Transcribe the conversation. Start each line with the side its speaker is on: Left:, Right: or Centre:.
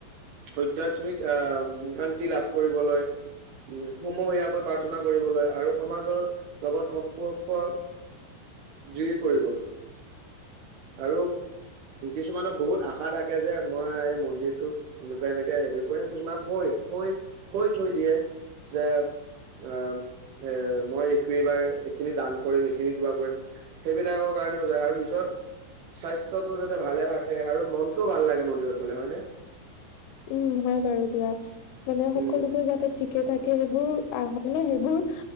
Right: অধ্যায়াত্মিক আ, শান্তি লাভ কৰিবলৈ। সমহীয়াকৈ প্ৰাৰ্থনা কৰিবলৈ আৰু সমাজৰ লগত সম্পৰ্ক যি কৰিবলৈ। আৰু কিছুমানৰ বহুত আশা থাকে যে মই এই মন্দিৰটোত এনেকুৱা এনেকে হেৰি কৰিম, কিছুমান শৈ শৈ শৈ থৈ দিয়ে যে আ, এ, মই এই এইবাৰ এইখিনি দান কৰিম, এইখিনি কিবা কৰিম। সেইবিলাকৰ কাৰণেও যায় আৰু নিজৰ স্বাস্থ্যটো যাতে ভালে থাকে আৰু মনটোও ভাল লাগে মন্দিৰত গ'লে হয়নে?
Left: উম, হয় বাৰু দিয়া। মানে সকলোবোৰ
Right: উম
Left: যাতে ঠিকে থাকে সেইবোৰ আ, মানে সেইবোৰ